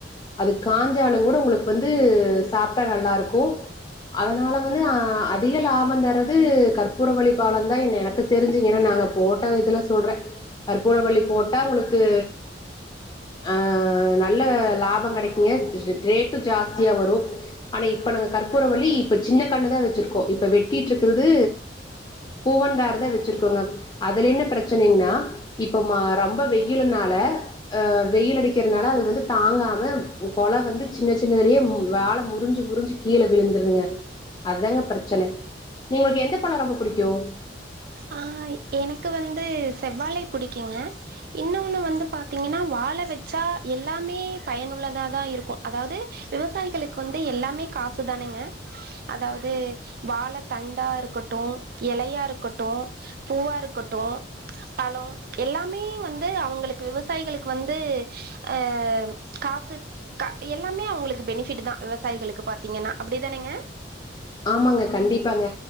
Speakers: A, on the left (about 25°); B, on the right (about 55°).
A: அது காஞ்சாலு கூட உங்களுக்கு வந்து சாப்டா நல்லா இருக்கு அதனால வந்து அ அதிக லாபம் தரது கற்பூரவள்ளி பழம்தா என் எனக்கு தெரிஞ்சி ஏன்னா நாங்க போட்ட இதுல சொல்ற கற்பூரவள்ளி போட்டா உங்களுக்கு ஆ நல்ல லாபம் கடைக்குங்க ரேட்டும் ஜாஸ்தியா வரும் ஆனா இப்ப நாங்க கற்பூரவள்ளி இப்ப சின்ன கண்ணுதா வச்சிருக்கோ இப்ப வெட்டிட்டு இருக்கறது பூவனந்தாறுதா வச்சிருக்கோங்க அதுல என்ன பிரச்சனைங்கன்னா இப்ப ரொம்ப வெ வெயிலுனால ஆ வெயில் அடிக்கறதுனால அது வந்து தாங்காம கொல வந்து சின்ன சின்னதலேயே வாழ முறிஞ்சு முறிஞ்சு கீழே விழுந்துருதுங்க அதாங்க பிரச்சன நீங்களுக்கு எந்த பழம் ரொம்ப பிடிக்கும்
B: அ எனக்கு வந்து செவ்வாழை பிடிக்குங்க இன்னொன்னு வந்து பாத்தீங்கன்னா வாழ வச்சா எல்லாமே பயனுள்ளதா தா இருக்கு அதாவது விவசாயிகளுக்கு வந்து எல்லாமே காசுதாநாங்க அதாவது வாழதண்டா இருக்கட்டும் எலயா இருக்கட் ட்டும் பூவா இருக்கட்டும் பழம் எல்லாமே வந்து அவுங்களுக்கு விவசாயிகளுக்கு வந்து அ காசு எல்லாமே அவுங்களுக்கு பெனிஃபிட் தான் விவசாயிகளுக்கு பாத்தீங்கனா அப்டிதானேங்க
A: ஆமாங்க கண்டிப்பாங்க